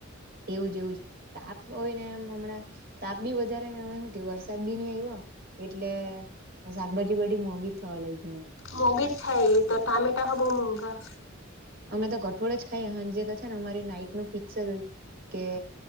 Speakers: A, on the right (about 50°); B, on the left (about 75°).
A: એવું જ એવું જ, તાપ હોય ને એમ હમણાં તાપ બી વધારે ને શું કે વરસાદ બી નહી આવ્યો. એટલે શાકભાજી બધી મોંઘી થવા લાગી
B: મોંઘીજ થાય એતો ટામેટા હો બહુ મોંઘા
A: અમે તો કઠોળ જ ખાઈએ હાંજેતો છેને અમારી નાઈટ ન ફિક્સ જ હોય. કે